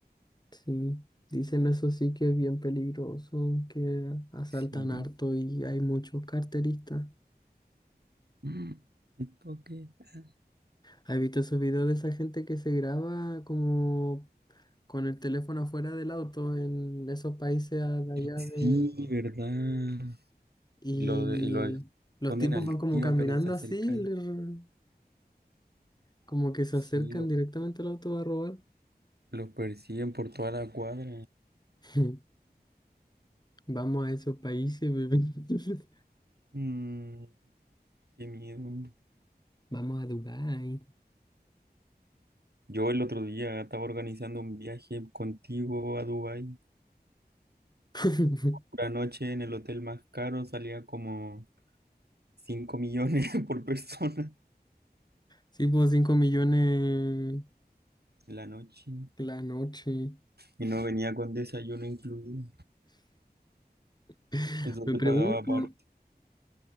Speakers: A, on the left; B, on the right.
A: Sí, dicen eso sí que es bien peligroso, que asaltan
B: Sí.
A: harto y hay muchos carteristas.
B: Mm, pickpocket. Ah,
A: ¿Has visto esos videos de esa gente que se graba como con el teléfono afuera del auto en esos países a- de allá
B: Sí,
A: de...
B: ¿verdad?
A: Y
B: Y lo, de- y lo esconden
A: los tipos
B: al
A: van como
B: tiro
A: caminando
B: apenas se acercan.
A: así, le- como que se
B: Sí,
A: acercan
B: lo,
A: directamente al auto a robar.
B: lo persiguen por toda la cuadra.
A: <laughs> Vamos a esos países, bebé. <laughs>
B: Mm, qué miedo.
A: Vamos a Dubái.
B: Yo el otro día estaba organizando un viaje contigo a Dubái.
A: <laughs>
B: Una noche en el hotel más caro salía como 5 millones <laughs> por persona
A: Sí, pues 5 millones
B: la noche.
A: la noche.
B: Y no venía con desayuno incluido.
A: <laughs>
B: Eso
A: Me
B: te
A: pregunto,
B: pagaba aparte